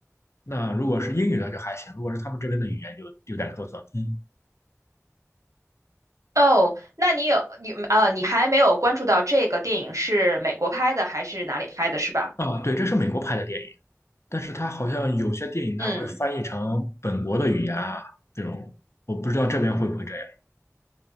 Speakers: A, on the left; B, on the right.
A: 那如果是英语的就还行，如果是他们这边的语言就有点做作。嗯，
B: 哦，那你有你呃，你还没有关注到这个电影是美国拍的还是哪里拍的，是吧？
A: 啊，对，这是美国拍的电影，但是它好像有些电影它会翻译成本国的语言啊，
B: 嗯，
A: 这种我不知道这边会不会这样。